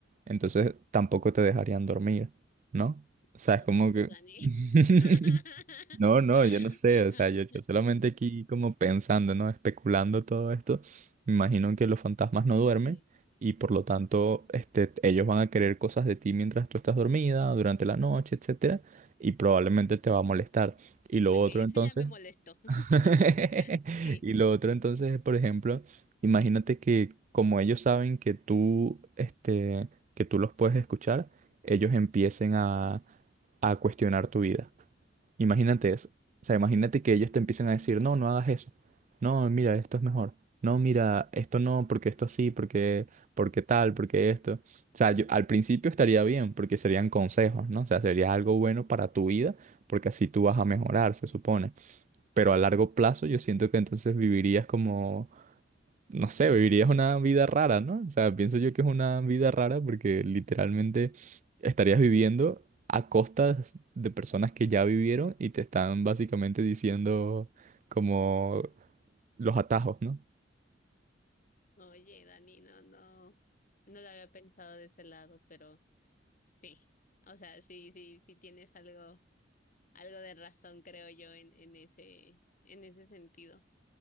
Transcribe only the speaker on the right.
entonces tampoco te dejarían dormir, ¿no? O sea,
es
como que...
<laughs>
No, no, yo no sé,
o sea, yo, yo solamente aquí como pensando, ¿no? Especulando todo esto, me imagino que los fantasmas no duermen
y por lo tanto, este, ellos van a querer cosas de ti mientras tú estás dormida, durante la noche, etcétera, y probablemente te va a molestar. Y lo
otro
entonces...
<laughs>
Y lo otro entonces es, por ejemplo, imagínate que como ellos saben que tú, este, que tú los puedes escuchar, ellos empiecen a, a cuestionar tu vida. Imagínate eso. O sea, imagínate que ellos te empiecen a decir, no, no hagas eso. No, mira, esto es mejor. No, mira, esto no, porque esto sí, porque, porque tal, porque esto. O sea, yo- al principio estaría bien, porque serían consejos, ¿no? O sea, sería algo bueno para tu vida, porque así tú vas a mejorar, se supone. Pero a largo plazo yo siento que entonces vivirías como, no sé, vivirías una vida rara, ¿no? O sea, pienso yo que es una vida rara porque literalmente estarías viviendo a costas de personas que ya vivieron y te están básicamente diciendo como los atajos, ¿no?